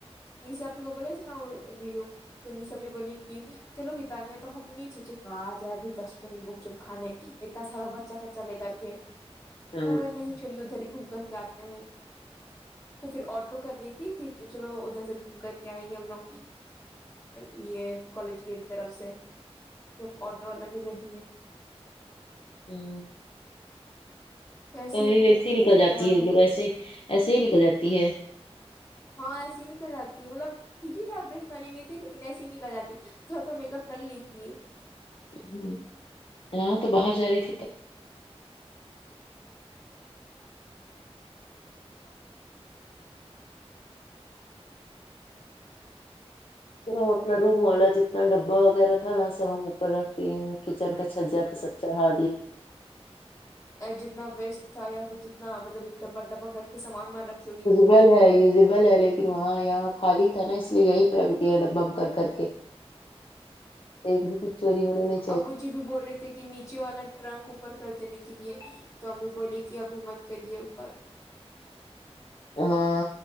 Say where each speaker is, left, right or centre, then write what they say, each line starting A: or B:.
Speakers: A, on the left; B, on the left.
A: نیسا آپی کو بولے سنا جی تو نی سبی بھی بولی کی چلو گی تانیہ تو ہم یے سوچے کہاں آ جائے ابھی دس روپے کی گپ چپ کھانے اتنا سارا بچا کچا لے کر کے
B: ہاں
A: <unintelligible>
B: ہاں
A: آتے ہیں تو فیر آٹو کر رہی تھی کی چلو ادھر سے گھوم کر کے آئیں گے ہم لوگ یہ کالج گیٹ طرف سے تو آٹو والا ملا ہی نہیں
B: آمم
A: تو ایسے
B: وسے
A: گھوم کے
B: ہی
A: ٹہل
B: نکل جاتی
A: کے آ
B: ہے
A: گئے
B: ان لوگ ایسے ہی ایسے ہی نکل جاتی ہے
A: ہاں ایسی نکل جاتی مطلب ٹھیک ہی ٹھاک ڈریس پہنےوی تھی لیکن ایسے نکل جاتی ہے تھوڑا تھوڑا میک اپ کر لی تھی
B: ہ ہاں تو باہر جا رہی تھی تب تو ہم اپنا روم والا جتنا ڈبا وغیرہ تھا نا سب ہم اوپر رکھتی ہیں کچن کا چھجا پہ سب چاڈا
A: جتنا ویسٹ تھا یا پھر جت نہ مطلب ایک ڈبا ڈبہ کر کے سامان وامان رکھی ہوگی
B: یوزیبل یوزیبل ہے لیکن وہاں یہاں خالی تھا نا اس لیے یہی پرگ ڈبا کر کر کے ایک بھی کچھ چوری ہونے نے
A: ابو جی بھی بول رہے تھے کہ کہ نیچے والا ٹرنک اوپر کر دینے کے لیے تو امی بولیے کہ ابھی مت کریے اوپر
B: ہاں